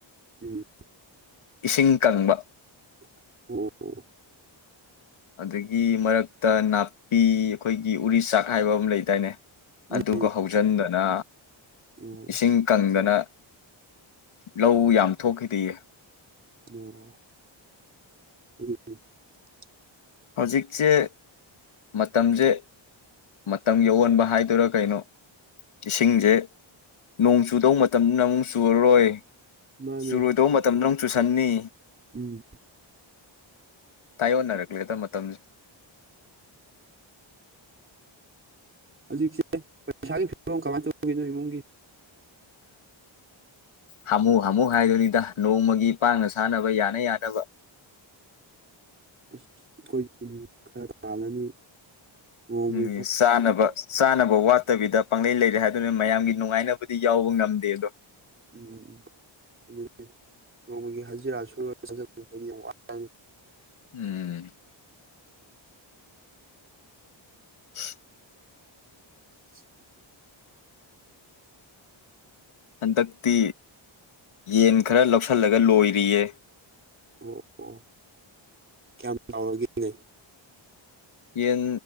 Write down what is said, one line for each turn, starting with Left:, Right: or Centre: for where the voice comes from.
Right: ꯎꯝ
Left: ꯏꯁꯤꯡ ꯀꯪꯕ
Right: ꯑꯣ
Left: ꯑꯗꯨꯗꯒꯤ ꯃꯔꯛꯇ ꯅꯥꯄꯤ ꯑꯩꯈꯣꯏꯒꯤ ꯎꯔꯤ ꯆꯥꯛ ꯍꯥꯏꯕ ꯑꯃ ꯂꯩꯗꯥꯏꯅꯦ
Right: ꯎꯝ
Left: ꯑꯗꯨꯒ ꯍꯧꯖꯤꯟꯗꯅ
Right: ꯑꯣ
Left: ꯏꯁꯤꯡ ꯀꯪꯗꯅ ꯂꯧ ꯌꯥꯝ ꯊꯣꯛꯈꯤꯗꯌꯦ
Right: ꯑꯣ
Left: ꯍꯧꯖꯤꯛꯁꯦ ꯃꯇꯝꯁꯦ ꯃꯇꯝ ꯌꯑꯟꯕ ꯍꯥꯏꯗꯨꯔꯥ ꯀꯩꯅꯣ ꯏꯁꯤꯡꯁꯦ ꯅꯣꯡ ꯆꯨꯗꯧ ꯃꯇꯝꯗꯨꯅ ꯑꯃꯨꯛ ꯆꯨꯔꯔꯣꯏ
Right: ꯃꯥꯅꯦ
Left: ꯆꯨꯔꯣꯏꯗꯧꯕ ꯃꯇꯝꯗꯪ ꯇꯨꯁꯟꯅꯤ
Right: ꯎꯝ
Left: ꯇꯌꯣꯅꯔꯦ ꯦꯗ ꯃꯇꯝꯁꯦ
Right: ꯍꯧꯖꯤꯛꯁ ꯏꯁꯁꯥꯒꯤ ꯐꯤꯕꯝ ꯀꯃꯥꯏꯅ ꯇꯧꯈꯤꯅꯣ ꯏꯃꯨꯡꯒꯤ
Left: ꯍꯥꯃꯨ ꯍꯥꯃꯨ ꯍꯥꯏꯗꯨꯣꯏꯅꯤꯗ ꯅꯣꯡꯃꯒꯤ ꯄꯥꯡꯅ ꯁꯥꯟꯅꯕ ꯌꯥꯅ ꯌꯥꯅꯕ
Right: ꯑꯁ ꯑꯩꯈꯣꯏ ꯈꯔ ꯇꯥꯜꯂꯅꯤ ꯅꯣꯡꯃꯒꯤ
Left: ꯎꯝ
Right: ꯈꯔ
Left: ꯆꯥꯅꯕ ꯆꯥꯅꯕ ꯋꯥꯠꯇꯕꯤꯗ ꯄꯪꯂꯩ ꯂꯩꯔꯦ ꯍꯥꯏꯗꯨꯅ ꯃꯌꯥꯝꯒꯤ ꯅꯨꯡꯉꯥꯏꯅꯕꯗꯤ ꯌꯥꯎꯕ ꯉꯝꯗꯦ ꯑꯗꯣ
Right: ꯎꯝ ꯎꯝ ꯎꯝ ꯑꯗꯨꯗꯤ ꯅꯣꯡꯃꯒꯤ ꯍꯖꯤꯔꯥ ꯁꯣꯏꯗꯤ ꯌꯥꯝ ꯋꯥꯅꯤ
Left: ꯎꯝ <unintelligible>
Right: <unintelligible>
Left: ꯍꯟꯗꯛꯇꯤ ꯌꯦꯟ ꯈꯔ ꯂꯧꯁꯤꯜꯂꯒ ꯂꯣꯏꯔꯤꯌꯦ
Right: ꯑꯣ ꯑꯣ ꯀꯌꯥꯝ ꯆꯥꯎꯔꯒꯦꯅꯦ
Left: ꯌꯦꯟ